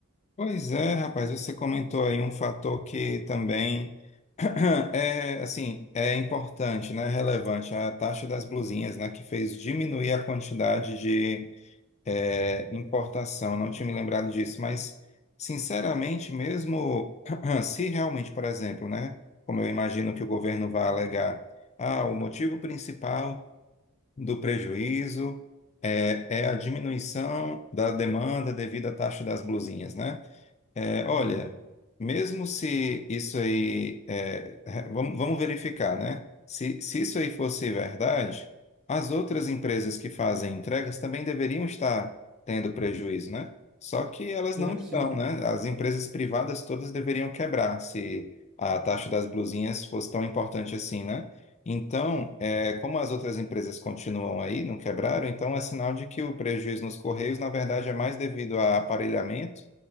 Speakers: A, on the left; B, in the centre.
A: Pois é, rapaz, você comentou aí um fator que também. <clears throat> É, assim, é importante, né? Relevante a taxa das blusinhas, né? Que fez diminuir a quantidade de é, importação. Não tinha me lembrado disso, mas sinceramente, mesmo <clears throat> se realmente, por exemplo, né? Como eu imagino que o governo vai alegar, ah, o motivo principal do prejuízo é, é a diminuição da demanda devido à taxa das blusinhas, né? É, olha,
B: Uhum.
A: mesmo se isso aí, é, re- vamos, vamos verificar, né? Se, se isso aí fosse verdade, as outras empresas que fazem entregas também deveriam estar tendo prejuízo, né? Só que elas não
B: Sim,
A: estão,
B: sim,
A: né? As empresas privadas todas deveriam quebrar se a taxa das blusinhas fosse tão importante assim, né? Então, é, como as outras empresas continuam aí, não quebraram, então é sinal de que o prejuízo nos Correios, na verdade, é mais devido a aparelhamento